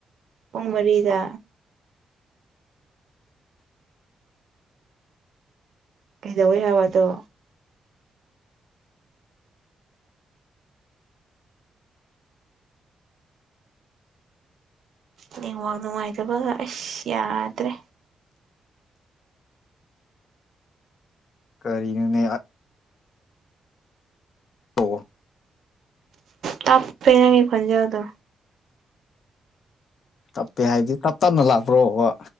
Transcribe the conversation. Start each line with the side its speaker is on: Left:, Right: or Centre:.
Right: ꯎꯉ ꯃꯔꯤꯗ ꯀꯩꯗꯎꯣꯏ ꯌꯥꯕꯗ ꯅꯋꯥꯥꯛ ꯅꯨꯡꯉꯥꯏꯇꯕꯒ ꯑꯁ ꯌꯥꯗ꯭ꯔꯦ
Left: ꯀꯔꯤꯅꯦ ꯑꯣ
Right: ꯇꯄꯦꯅꯉꯦ ꯈꯣꯟꯖꯥꯎꯗ
Left: ꯇꯞꯄꯦ ꯍꯥꯏꯗꯤ ꯇꯞ ꯇꯞꯅ ꯂꯥꯛꯄ꯭ꯔꯣꯕ